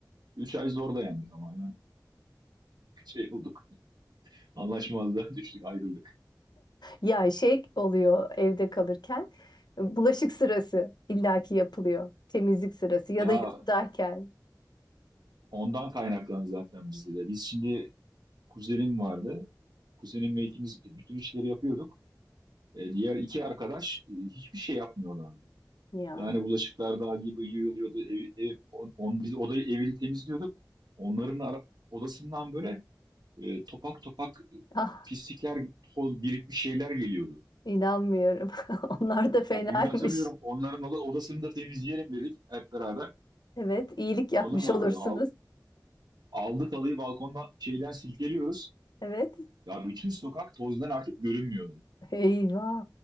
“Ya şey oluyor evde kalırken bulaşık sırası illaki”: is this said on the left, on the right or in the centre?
Left